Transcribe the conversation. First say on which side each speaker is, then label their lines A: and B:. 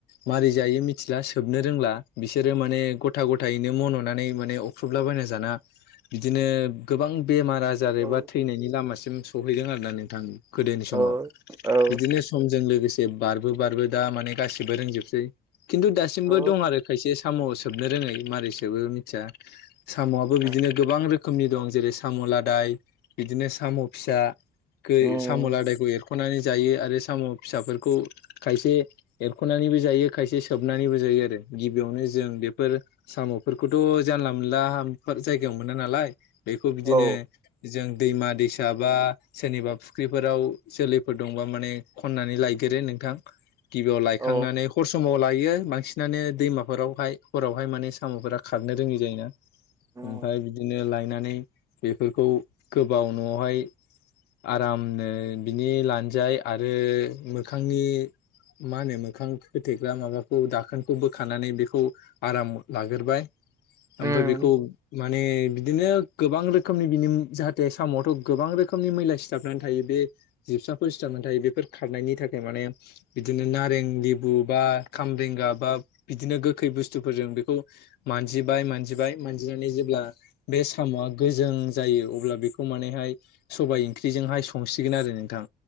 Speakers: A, on the left (about 70°); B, on the right (about 20°).
A: मारै जायो मिथिला सोबनो रोंला बिसोरो माने गथा गथायैनो मननानै माने अख्रुबला बना जाना बिदिनो गोबां बेमार आजार एबा
B: औ
A: थैनायनि लामासिम सहैदों आरोना नोंथां। गोदोनि समाव
B: औ औ
A: बिदिनो समजों लोगोसे बार बारबो बारबो दा माने गासिबो रोंजोबसै। खिन्थु दासिमबो
B: औ
A: दं आरो खायसे साम' सोबनो रोङै मारैसोबो मिथिया। साम'आबो बिदिनो
B: औ
A: गोबां रोखोमनि दं जेरै साम' लादाय बिदिनो साम' फिसा। गो
B: उम
A: साम' लादायखौ एरख'नानै जायो आरो साम' फिसाफोरखौ खायसे एरख'नानैबो जायो खायसे सोबनानैबो जायो आरो गिबियावनो जों बेफोर साम' म फोरखौथ' जानला मोनला जायगायाव मोना नालाय। बेखौ बिदिनो
B: औ
A: जों दैमा दैमा दै साबा सोरनिबा फुख्रिफोराव जोलैफोर दंबा माने खननानै लायगोरो नोंथां। गिबियाव लायखांनानै
B: औ
A: हर समाव लायो। बांसिनानो दैमाफोरावहाय हरावहाय माने साम'फोरा खारनो रोङि जायोना।
B: उम
A: ओमफाय बिदिनो लायनानै बेफोरखौ गोबाव न'आवहाय। आरामनो बिनि लानजाय आरो मोखांनि मा होनो मोखां खोथेग्रा माबाखौ दाखोनखौ बोखानानै बेखौ आराम लागोरबाय।
B: उम,
A: ओमफाय बेखौ माने बिदिनो गोबां रोखोमनि बिनि जाहाथे सामवाथ' गोबां रोखोमनि मैला सिथाबनानै थायो बे जि जासाफोर सिथार मोन थायो बेफोर खारनायनि थाखाय माने बिदिनो नारें लेबु बा खामबरेंगा बा बिदिनो गोखै बुस्थुफोरजों बेखौ मानजिबाय मानजिबाय मानजिनानै जेब्ला बे साम'आ गोजों जायो अब्ला बेखौ मानेहाय सबाय ओंख्रिजोंहाय संसिगोन आरो नोंथां